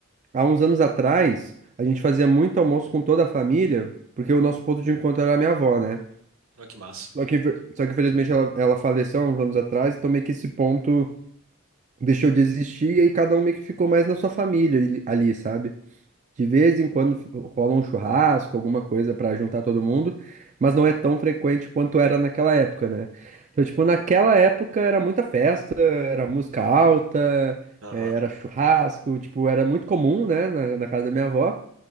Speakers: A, on the right; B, on the right.
A: Há uns anos atrás, a gente fazia muito almoço com toda a família, porque o nosso ponto de encontro era a minha avó, né?
B: Olha que massa.
A: Só que, infe- só que infelizmente ela, ela faleceu há uns anos atrás, então meio que esse ponto deixou de existir e aí cada um meio que ficou mais na sua família ali, ali, sabe? De vez em quando f- rola um churrasco, alguma coisa pra juntar todo mundo, mas não é tão frequente quanto era naquela época, né? Então, tipo, naquela época era muita festa, era música alta,
B: Aham.
A: eh, era churrasco, tipo, era muito comum, né, na, na casa da minha avó.